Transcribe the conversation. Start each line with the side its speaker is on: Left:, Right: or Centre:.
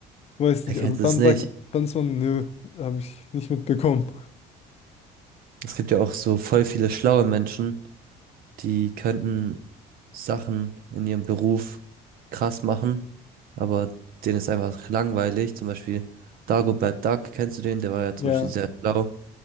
Left: Weiß
Right: Er
Left: nicht,
Right: kennt
Left: also dann
Right: es nicht.
Left: sagt Nee. dann so, nö, habe ich nicht mitbekommen.
Right: Es gibt ja auch so voll viele schlaue Menschen, die könnten Sachen in ihrem Beruf krass machen, aber denen ist einfach langweilig. Zum Beispiel Dagobert Duck, kennst du den? Der war ja zum
Left: Ja.
Right: Beispiel sehr schlau